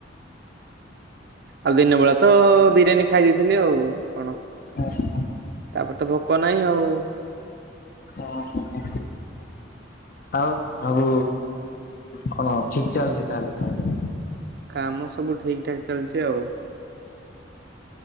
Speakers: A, on the right (about 55°); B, on the left (about 50°).
A: ଆଉ ଦିନ ବେଳା ତ ବିରିୟାନୀ ଖାଇ ଦେଇଥିଲି ଆଉ କଣ।
B: ହେଇଛି?
A: ତାପରେ ତ ଭୋକ ନାହିଁ ଆଉ।
B: ଓ ହୋ ହୋ। ଆଉ ଆଉ କଣ ଠିକ୍ ଚାଲିଛି ତାହେଲେ କାମ।
A: କାମ ସବୁ ଠିକ୍ ଠାକ୍ ଚାଲିଛି ଆଉ।